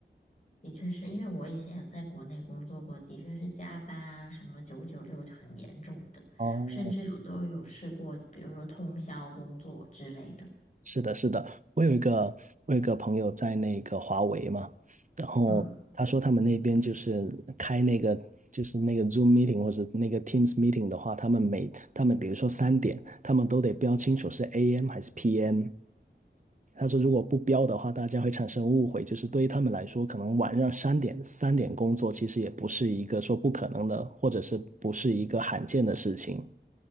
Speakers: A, on the left; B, on the right.
A: 的确是因为我以前有在国内工作过，的确是加班啊，什么九九六很严重的，
B: 哦，
A: 甚至有都有试过，比如说通宵工作之类的。
B: 是的，是的，我有一个我有一个朋友在那个华为嘛，然后他说他们那边就是开那个就是那个
A: 嗯。
B: Zoom meeting 或者那个 Teams meeting 的话，他们每他们比如说三点，他们都得标清楚是 AM 还是 PM。他说，如果不标的话，大家会产生误会，就是对于他们来说，可能晚上三点三点工作，其实也不是一个说不可能的，或者是不是一个罕见的事情。